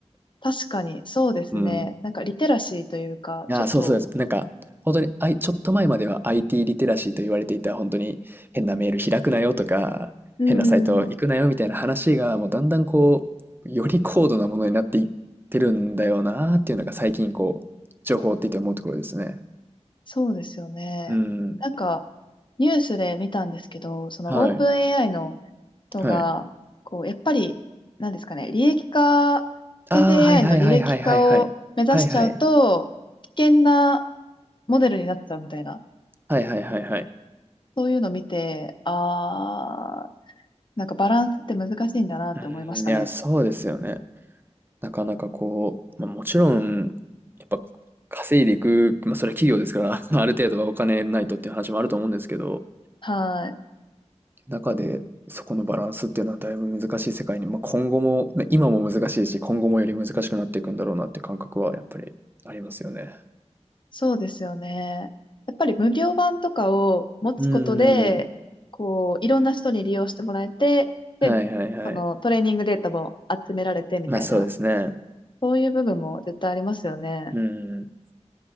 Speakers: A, on the left; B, on the right.
A: 確かに、そうですね。
B: <laughs> うん。
A: なんか、リテラシーというか、
B: ああ、
A: ちょっと、
B: そうそうです。なんか、本当に、あい、ちょっと前までは IT リテラシーと言われていた、本当に変なメール開くなよとか、
A: うー
B: 変なサイト行くなよみたいな話が、
A: ん。
B: もうだんだんこう、より高度なものになっていってるんだよなーっていうのが最近こう、情報を追っていて思うところですね。
A: そうですよね。
B: うん。
A: なんか、ニュースで見たんですけど、その、
B: はい。
A: オープン AI の人が、
B: はい。
A: こう、やっぱり、なんですかね、利益化、
B: ああ、
A: 生成
B: はいはいはいはいはいはい。
A: AI の履歴化を目指しちゃうと、
B: はいはい。
A: 危険なモデルになっちゃうみたいな、
B: はいはいはいはい。
A: そういうのを見て、あー、なんかバランスって難しいんだなって思いましたね。
B: うん、いや、そうですよね。なかなかこう、まあ、もちろん、やっぱ稼いでいく、まあ、それは企業ですから、<laughs> ある程度はお金ないとっていう話もあると思うんですけど、
A: はい。
B: 中でそこのバランスっていうのはだいぶ難しい世界に、まあ、今後も、まあ今も難しいし、今後もより難しくなっていくんだろうなって感覚はやっぱりありますよね。
A: そうですよね。やっぱり無料版とかを持つことで、
B: うーん。
A: こう、いろんな人に利用してもらえて、で、
B: はいはいはい。
A: そのトレーニングデータも集められてみたいな、
B: まあそうですね。
A: そういう部分も絶対ありますよね。
B: うん。やっ